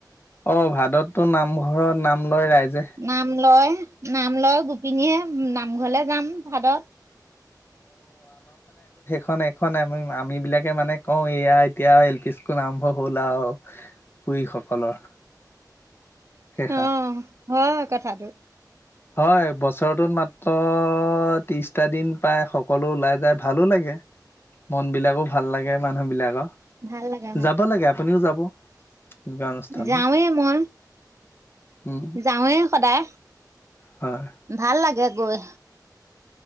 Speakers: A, on the left (about 30°); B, on the right (about 40°).
A: অ ভাদতটো নামঘৰত নাম লয় ৰাইজে
B: নাম লয়, নাম লয় গোপিনীয়েহে নামঘৰলে যাম ভাদত
A: খন এখন আম আম বিলাকে মানে কওঁ এয়া এতিয়া এল পি স্কুল আৰম্ভ হ'ল আৰু পুৰি সকলৰ শেষা
B: অ', হয় কথাটো
A: হয় বছৰতোত মাত্ৰ অ অ অ ত্ৰিশটা দিন পায় সকলো ওলাই যায় ভালো লাগে মন বিলাকো ভাল লাগে মানুহ বিলাকৰ
B: ভাল লাগে
A: যাব লাগে আপুনিও যাব এনেকুৱা অনুষ্ঠানত
B: যাওঁয়েই মই
A: উম
B: যাওঁৱেই সদায়
A: হয়
B: ভাল লাগে গৈ।